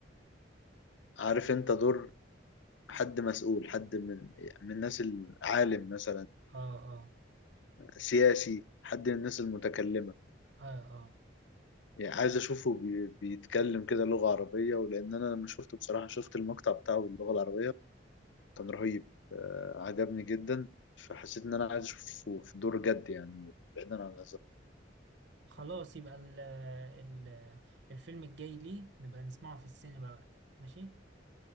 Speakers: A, on the left; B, on the right.
A: عارف انت دور حد مسؤول حد من من الناس العالم مثلا
B: اه اه
A: سياسي حد من الناس المتكلمة
B: اه اه
A: يعني عايز اشوفه بي... بيتكلم كده لغة عربية ولان انا لما شفته بصراحة شفت المقطع بتاعه باللغة العربية كان رهيب آه، عجبني جدا فحسيت ان انا عايز اشوفه في دور جد يعني بعيدا عن الهزار
B: خلاص يبقى ال ال الفيلم الجاي ليه نبقى نسمعه في السينما بقى ماشي